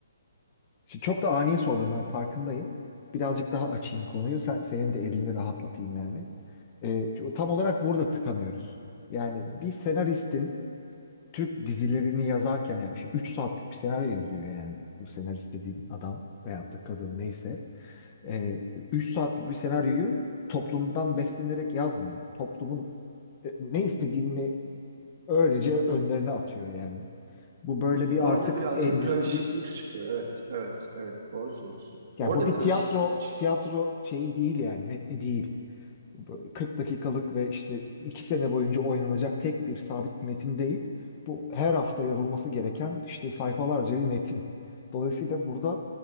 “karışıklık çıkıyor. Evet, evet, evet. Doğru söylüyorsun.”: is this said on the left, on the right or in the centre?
Right